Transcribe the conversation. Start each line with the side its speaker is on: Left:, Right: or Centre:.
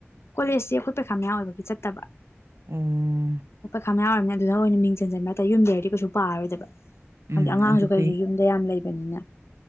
Left: ꯀꯣꯂꯦꯖꯁꯦ ꯑꯩꯈꯣꯏ ꯄꯩꯈꯥꯝꯌꯥ ꯑꯣꯏꯕꯒꯤ ꯆꯠꯇꯕ
Right: ꯎꯝ
Left: ꯈꯥꯝ ꯌꯥꯎꯔꯕꯅꯤ ꯑꯗꯨꯅ ꯑꯣꯏꯅ ꯃꯤꯡ ꯆꯟꯁꯤꯟꯕ ꯌꯨꯝꯗꯔꯗꯤ ꯀꯩꯁꯨ ꯄꯥꯔꯣꯏꯗꯕ ꯍꯥꯏꯕꯗꯤ
Right: ꯎꯝ
Left: ꯑꯉꯥꯡꯁꯨ
Right: ꯑꯗꯨ
Left: ꯀꯩꯁꯨ
Right: ꯐꯩ
Left: ꯌꯨꯝꯗ ꯌꯥꯝ ꯂꯩꯕ ꯅ